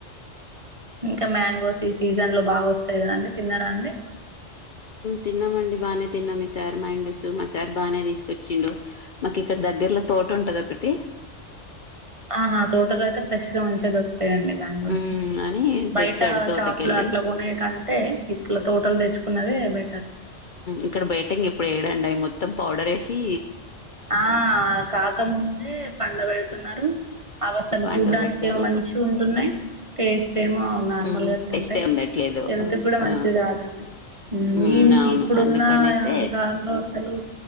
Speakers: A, on the right; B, on the left.
A: ఇంకా మ్యాంగోస్ ఈ సీజన్ లో బాగా వస్తాయి కదండి తిన్నారా అండి
B: తిన్నామండి బాగానే తిన్నాం ఈ సార్ మాంగోస్ మా సార్ బానే తీసుకొచ్చిండు మాకి ఇక్కడ దగ్గరలో తోట ఉంటది ఒకటి
A: ఆా తోటలో అైయితే ఫ్రెష్గా మంచిగా దొరుకు తాయి అండి మ్యాంగోస్
B: హ్మ్. అని
A: బయట
B: తెచ్చాడు తోటకెళ్ళి.
A: షాప్ లో అట్లా కొనేకి అంటే ఇట్లా తోటలు తెచ్చు న్నదిే బ
B: ఇక్కడ బయటికి ఇప్పుడు ఏడంండియి మొత్తం త్తం పౌడర్ వేసి
A: ఆ కాక ముందు పండ బెడ్ తున్నారు అవసలు
B: పండబెడతారు.
A: చూడ్డానికి ఏమో మంచి ఉంటున్నాయి టేస్ట్ ఏమో నార్మల్
B: హ్మ్.
A: గ అట్లు
B: టేస్టే
A: ఉంటాయి
B: ఉండట్లేదు.
A: హెల్త్ కూడా మంచిది
B: ఆ!
A: కాదండి
B: ఉమ్
A: మేమ్
B: అవును
A: ఇప్పుడున్న
B: అందుకనేసే
A: <unintelligible> అస్సలు